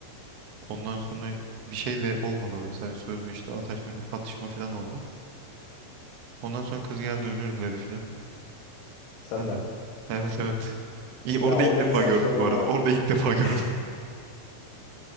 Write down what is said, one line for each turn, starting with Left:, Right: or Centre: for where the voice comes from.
Right: Ondan sonra bir şey de olmadı orada. Sadece sözlü işte atışma, atışma falan oldu. Ondan sonra kız geldi özür diledi falan.
Left: senden.
Right: Ben de evet evet. <laughs> İyi,
Left: Ya
Right: orada
Left: olayın
Right: ilk defa
Left: saçmalığına
Right: gördüm bu arada.
Left: bak.
Right: Orada ilk defa gördüm.
Left: <laughs>